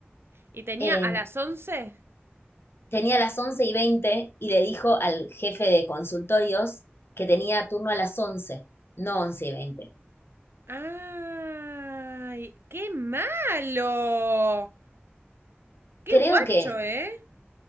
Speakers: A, on the right; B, on the left.
A: ¿Y tenía
B: Eh,
A: a las once?
B: tenía las 11 y 20 y le dijo al jefe de consultorios que tenía turno a las once no once y veinte
A: ¡Ay! ¡Qué malo! ¡Qué
B: Creo
A: guacho,
B: que
A: eh!